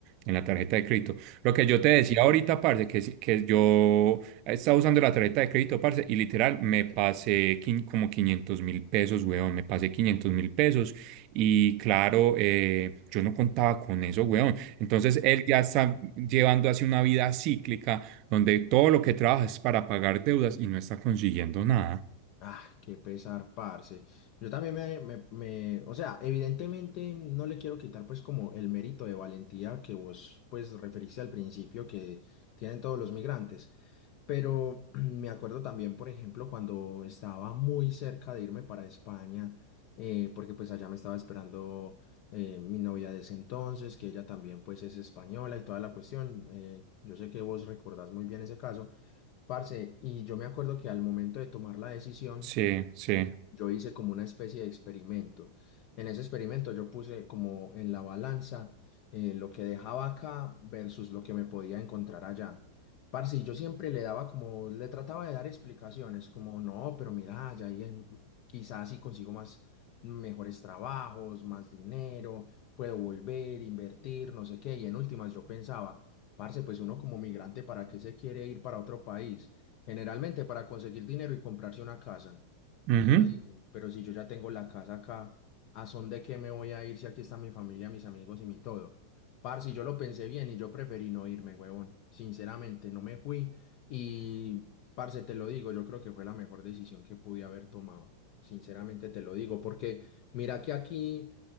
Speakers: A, on the right (about 40°); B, on the left (about 45°).
A: en la tarjeta de crédito. Lo que yo te decía ahorita, parce, que, si- que yo estaba usando la tarjeta de crédito, parce, y literal me pasé quin- como quinientos mil pesos, weón, me pasé quinientos mil pesos. Y claro, eh, yo no contaba con eso, weón. Entonces él ya está llevando así una vida cíclica donde todo lo que trabaja es para pagar deudas y no está consiguiendo nada.
B: Ah, qué pesar, parce. Yo también me, me, me- o sea, evidentemente no le quiero quitar pues como el mérito de valentía que vos pues referiste al principio que tienen todos los migrantes, pero <clears throat> me acuerdo también, por ejemplo, cuando estaba muy cerca de irme para España, eh, porque pues allá me estaba esperando eh, mi novia de ese entonces, que ella también pues es española y toda la cuestión. eh, yo sé que vos recordás muy bien ese caso. Parce, y yo me acuerdo que al momento de tomar la decisión,
A: Sí, sí.
B: yo hice como una especie de experimento. En ese experimento yo puse como en la balanza eh, lo que dejaba acá versus lo que me podía encontrar allá. Parce, y yo siempre le daba como, le trataba de dar explicaciones, como no, pero mira, ya ahí en- quizás si consigo más, mejores trabajos, más dinero, puedo volver, invertir, no sé qué. Y en últimas yo pensaba, parce, pues uno como migrante, ¿para qué se quiere ir para otro país? Generalmente para conseguir dinero y comprarse una casa.
A: Ujú.
B: Y yo digo, pero si yo ya tengo la casa acá, ¿a son de qué me voy a ir si aquí está mi familia, mis amigos y mi todo? Parce, yo lo pensé bien y yo preferí no irme, huevón. Sinceramente, no me fui y, parce, te lo digo, yo creo que fue la mejor decisión que pude haber tomado. Sinceramente te lo digo, porque mira que aquí